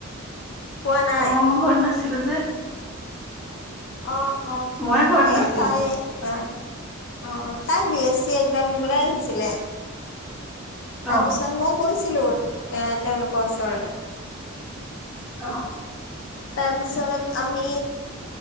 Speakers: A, on the left; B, in the centre.
A: পোৱা নাই
B: অ মই ঘৰত নাছিলো যে
A: অ অ
B: মই ঘৰত নাছিলো।
A: এ তাই অ অ তাই বি এছ চি একজাম দিবলে আহিছিলে তাৰপিছত
B: অ
A: মও গৈছিলো এ তেওঁলোকৰ ওচৰলে
B: অহ
A: তাৰপিছত আমি